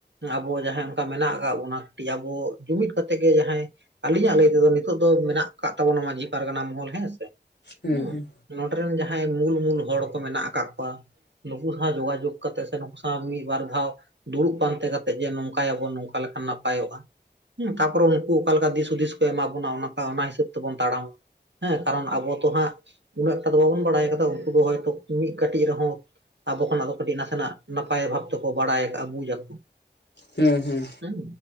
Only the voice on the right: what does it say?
ᱟᱵᱚ ᱡᱟᱦᱟᱸᱭ ᱚᱱᱠᱟ ᱢᱮᱱᱟᱜ ᱟᱠᱟᱜ ᱵᱚᱱᱟ ᱯᱮᱭᱟᱵᱚ ᱡᱩᱢᱤᱫ ᱠᱟᱛᱮᱜ ᱜᱮ ᱡᱟᱦᱟᱸᱭ ᱟᱞᱤᱧᱟᱜ ᱞᱟᱹᱭ ᱛᱮᱫᱚ ᱱᱤᱛᱚᱜ ᱫᱚ ᱢᱮᱱᱟᱜ ᱠᱟᱜ ᱛᱟᱵᱚᱱᱟ ᱢᱟᱹᱡᱷᱤ ᱯᱟᱨᱜᱟᱱᱟ ᱢᱚᱦᱚᱞ ᱦᱮᱸᱥᱮ
ᱦᱮᱸ ᱱᱚᱰᱮ ᱨᱮᱱ ᱡᱟᱦᱟᱸᱭ ᱢᱩᱞ ᱢᱩᱞ ᱦᱚᱲ ᱠᱚ ᱢᱮᱱᱟᱜ ᱟᱠᱟᱫ ᱠᱚᱣᱟ ᱱᱩᱠᱩ ᱥᱟᱶ ᱡᱳᱜᱟᱡᱳᱜᱽ ᱠᱟᱛᱮᱜ ᱥᱮ ᱱᱩᱠᱩ ᱥᱟᱶ ᱢᱤᱫ ᱵᱟᱨ ᱫᱷᱟᱣ ᱫᱩᱲᱩᱵ ᱯᱟᱱᱛᱮ ᱠᱟᱛᱮᱜ ᱡᱮ ᱱᱚᱝᱠᱟᱭᱟᱵᱚᱱ ᱱᱚᱝᱠᱟ ᱞᱮᱠᱷᱟᱱ ᱱᱟᱯᱟᱭᱚᱜᱼᱟ ᱦᱮᱸ ᱛᱟᱨᱯᱚᱨᱮ ᱩᱱᱠᱩ ᱚᱠᱟᱞᱮᱠᱟ ᱫᱤᱥ ᱦᱩᱫᱤᱥ ᱠᱚ ᱮᱢᱟ ᱵᱚᱱᱟ ᱚᱱᱟ ᱠᱟ ᱚᱱᱟ ᱦᱤᱥᱟᱹᱵ ᱛᱮᱵᱚᱱ ᱛᱟᱲᱟᱢ ᱦᱮᱸ ᱠᱟᱨᱚᱱ ᱟᱵᱚ ᱛᱚ ᱦᱟᱸᱜ ᱩᱱᱟᱹᱜ ᱴᱟ ᱫᱚ ᱵᱟᱵᱚᱱ ᱵᱟᱲᱟᱭ ᱠᱟᱫᱟ ᱩᱱᱠᱩ ᱫᱚ ᱦᱚᱭᱛᱳ ᱢᱤᱫ ᱠᱟᱹᱴᱤᱡ ᱨᱮᱦᱚᱸ ᱟᱵᱚ ᱠᱷᱚᱱᱟᱜ ᱫᱚ ᱠᱟᱹᱴᱤᱡ ᱱᱟᱥᱮᱱᱟᱜ ᱱᱟᱯᱟᱭ ᱵᱷᱟᱵ ᱛᱮᱠᱚ ᱵᱟᱲᱟᱭ ᱟᱠᱟᱜᱼᱟ ᱵᱩᱡ ᱟᱠᱚ
ᱦᱮᱸ